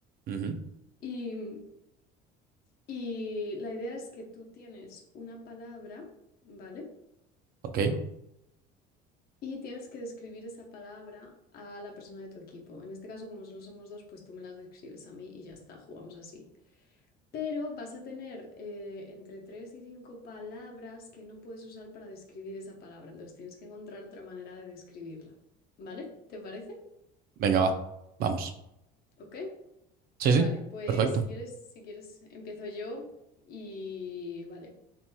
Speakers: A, on the right; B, on the left.
A: Ujú,
B: Y, mm, y la idea es que tú tienes una palabra, ¿vale?
A: Ok,
B: Y tienes que describir esa palabra a la persona de tu equipo. En este caso, como solo somos dos, pues tú me las describes a mí y ya está, jugamos así. pero vas a tener eh, entre tres y cinco palabras que no puedes usar para describir esa palabra. Entonces tienes que encontrar otra manera de describirla. ¿Vale? ¿Te parece?
A: venga, va. Vamos.
B: ¿Ok?
A: Sí,
B: Vale,
A: sí,
B: pues
A: perfecto.
B: si quieres, si quieres, empiezo yo y vale.